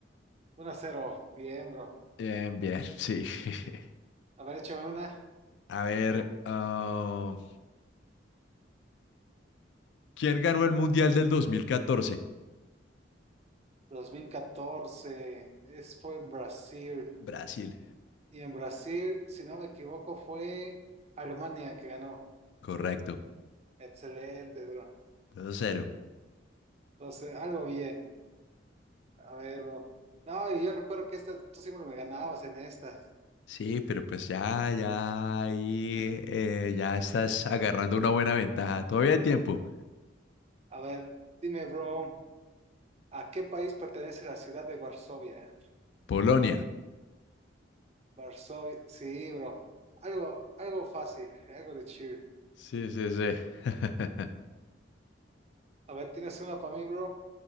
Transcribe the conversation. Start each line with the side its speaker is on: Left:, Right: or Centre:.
Right: uno a 0. Bien, bro.
Left: Bien, bien, sí. <laughs>
Right: A ver, échame una.
Left: A ver, ah, ¿quién ganó el Mundial del 2014?
Right: dos mil catorce, Es, fue en Brasil.
Left: Brasil.
Right: Y en Brasil, si no me equivoco, fue Alemania que ganó.
Left: Correcto.
Right: Excelente, bro.
Left: Dos cero.
Right: Entonces, algo bien. A ver, bro. No, y yo recuerdo que esta, tú siempre me ganabas en estas.
Left: Sí, pero pues ya, ya ahí
Right: <laughs>
Left: eh, ya estás agarrando una buena ventaja. Todavía hay tiempo.
Right: A ver, dime, bro, ¿a qué país pertenece la ciudad de Varsovia?
Left: Polonia.
Right: Varsovia, sí, bro. Algo, algo fácil, algo de chill.
Left: Sí, sí, sí. <laughs>
Right: A ver, ¿tienes una para mí, bro?